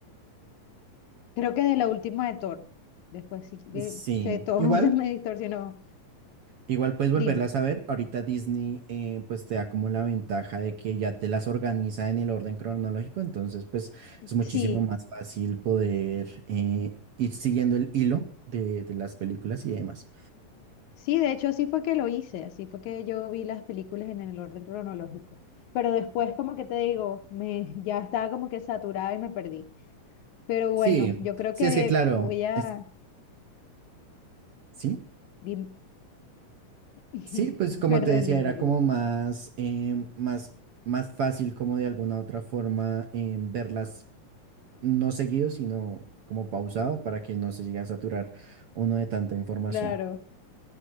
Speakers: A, on the left (about 70°); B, on the right (about 60°).
A: Creo que de la última de Thor. Después sí que
B: Sí,
A: se, todo
B: igual.
A: <laughs> se me distorsionó.
B: Igual puedes volverlas
A: Dime.
B: a ver. Ahorita Disney eh, pues te da como la ventaja de que ya te las organiza en el orden cronológico, entonces pues es muchísimo
A: Sí,
B: más fácil poder eh, ir siguiendo el hilo de, de las películas y demás.
A: sí, de hecho así fue que lo hice. Así fue que yo vi las películas en el orden cronológico. Pero después, como que te digo, me, <laughs> ya estaba como que saturada y me perdí. Pero
B: Sí,
A: bueno, yo creo
B: sí
A: que
B: es que claro,
A: voy a...
B: es, sí,
A: dim- <laughs>
B: sí, pues como
A: Perdón,
B: te decía,
A: dime,
B: era como
A: Rubén.
B: más, em, más, más fácil como de alguna otra forma em, verlas no seguido, sino como pausado para que no se llegue a saturar uno de tanta información.
A: Claro.